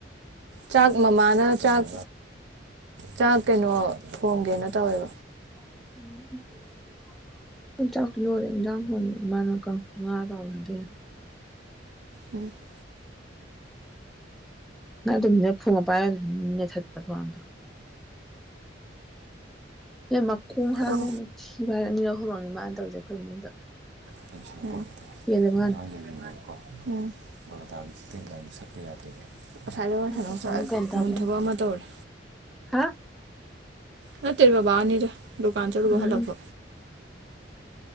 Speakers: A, on the right (about 60°); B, in the centre.
A: ꯆꯥꯛ ꯃꯃꯥꯅ ꯆꯥꯛ ꯆꯥꯛ ꯀꯩꯅꯣ ꯊꯣꯡꯒꯦꯅ ꯇꯧꯔꯤ
B: <inaudible> ꯆꯥꯛꯇꯤ ꯂꯣꯏꯔꯦ ꯏꯟꯖꯥꯡ ꯊꯣꯡꯉ ꯏꯃꯥꯅꯥ ꯉꯥ ꯇꯥꯎꯕ <unintelligible>
A: ꯎꯝ
B: ꯁꯅꯇꯣꯝꯕꯤꯅ ꯐꯣꯟꯒ ꯄꯥꯏꯔ <unintelligible> ꯊꯠꯄ <unintelligible> ꯑꯦ ꯃꯈꯣꯡ
A: ꯑꯣ
B: ꯍꯥꯡꯒꯦꯅ ꯊꯤꯕ ꯑꯅꯤꯔꯛ ꯍꯨꯝꯔꯛꯅꯤ ꯃꯥꯅ ꯇꯧꯔꯤꯁꯦ ꯑꯈꯣꯏ ꯏꯃꯨꯡꯗ
A: <unintelligible>
B: ꯄꯦꯜꯂꯦ ꯃꯥꯅ
A: <unintelligible> ꯉꯁꯥꯏꯗ ꯋꯥ
B: ꯅꯥꯇꯣꯝꯕꯤꯒ
A: <unintelligible>
B: ꯒ꯭ꯌꯥꯟ ꯇꯥꯕꯖꯥꯠ
A: ꯊꯕꯛ
B: ꯅꯠꯇꯦ
A: ꯑꯃ ꯇꯧꯔꯤ
B: ꯍꯥ
A: ꯅꯠꯇꯦ ꯕꯕꯥ ꯅꯤꯗ ꯗꯨꯀꯥꯟ ꯆꯠꯂꯨꯕ
B: ꯎꯝ
A: ꯍꯜꯂꯛꯄ